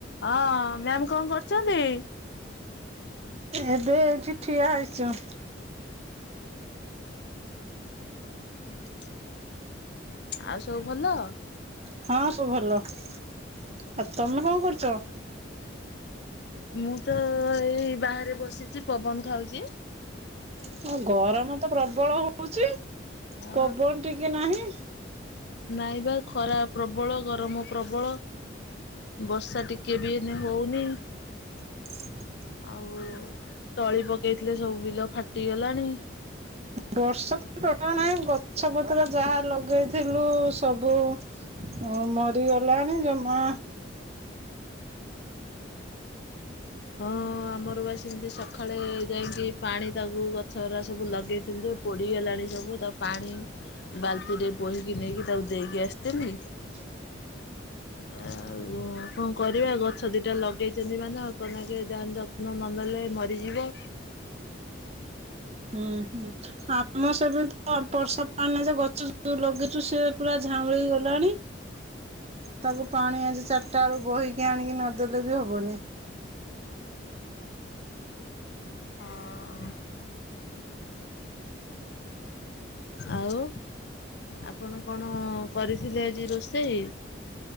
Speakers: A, on the left; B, on the right.
A: ହଁ ମ୍ୟାମ କଣଁ କରୁଚନ୍ତି?
B: ଏବେ ଏଇଠି ଠିଆ ହେଇଚୁ।
A: ଅ ହ ଆଉ ସବୁ ଭଲ।
B: ହଁ ସବୁ ଭଲ ଆଉ ତମେ କଣ କରୁଚ?
A: ମୁଁ ତ ଏଇ ବାହାରେ ବସିଚି ପବନ ଖାଉଚି।
B: ହଁ ଗରମ ତ ପ୍ରବଳ ହଉଚି
A: ଆ
B: ପବନ ଟିକେ ନାହିଁ।
A: ନାଇବା ଖରା ପ୍ରବଳ ଗରମ। ପ୍ରବଳ ବର୍ଷା ଟିକିଏ ବି ଏଇନେ ହଉନି।
B: <inaudible>
A: ଆଉ ତଳି ପକେଇଥିଲେ ସବୁ ବିଲ ଫାଟି ଗଲାଣି।
B: ବର୍ଷା ତ ଟୋଟାଲ ନାଇଁ ଆମ ଗଛ ବୁଛ। ଯାହା ଲଗେଇଥିଲୁ ସବୁ ଅ ମରିଗଲାଣି ଜମା।
A: ହଁ ଆମର ବା ସେମିତି ସ ଖାଳେ ଯାଇକି ପାଣି ତାକୁ ଗଛରା ସବୁ ଲଗେଇଥିଲୁ ଯୋଉ ପୋଡ଼ିଗଲାଣି ସବୁ ତାକୁ ପାଣି ବାଲଟି ରେ ବୋହିକି ନେଇକି ତାକୁ ଦେଇକି ଆସିଥିଲି।
B: <inaudible>
A: ଏଁ ଆଉ କଣଁ କରିବା ଗଛ ଦିଟା ଲଗେଇଚନ୍ତି ମାନେ ଆଉ ଯେ ଯାଏଁ ଯତ୍ନ ନ ନେଲେ ମରିଯିବ।
B: ହୁଁ ହୁଁ ଆମର ସେମିତି ବା ବର୍ଷା ପାଣି ନାଇ ଯେ ଗଛ ଯୋଉ ଲଗେଇଚୁ ସେ ପୁରା ଝା ଉଁଳି ଗଲାଣି।
A: <inaudible>
B: ତାକୁ ପାଣି ଆଜି ଚାରଟା ବେଳୁକୁ ବୋହିକି ଆଣିକି ନଦେଲେ ବି ହବନି।
A: ହଁ। ଆଉ? ଆପଣ କଣ କରିଥିଲେ ଆଜି ରୋଷେଇ?